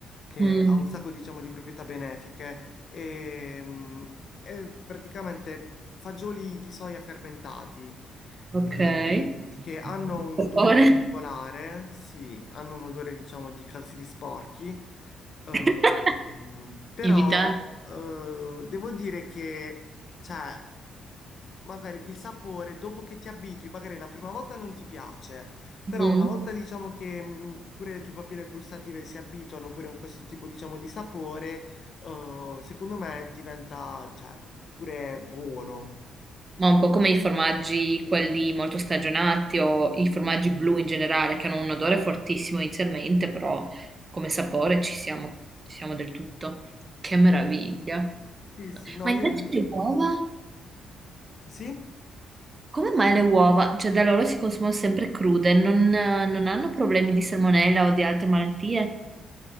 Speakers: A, on the left (about 55°); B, on the right (about 30°).
A: che
B: Mm,
A: ha un sacco diciamo di proprietà benefiche e, mm, è praticamente fagioli di soia fermentati
B: ok.
A: e, mm, che hanno un
B: Per
A: odore
B: favore.
A: particolare, sì, hanno un odore diciamo di calzini sporchi Ehm,
B: <laughs>
A: però
B: Invitante.
A: eh, devo dire che, cioè, magari il sapore, dopo che ti abitui, magari la prima volta non ti piace, però
B: Mm.
A: una volta diciamo che mh, pure le tue papille gustative si abituano pure a questo tipo, diciamo, di sapore, eh, secondo me diventa, cioè, pure buono.
B: Ma un po' come i formaggi, quelli molto stagionati o i formaggi blu in generale, che hanno un odore fortissimo inizialmente, però come sapore ci siamo, ci siamo del tutto. Che meraviglia.
A: Sì, sì, no,
B: Ma invece
A: io...
B: le uova?
A: Sì?
B: Come mai le uova? Cioè, da loro si consumano sempre crude, non, non hanno problemi di salmonella o di altre malattie?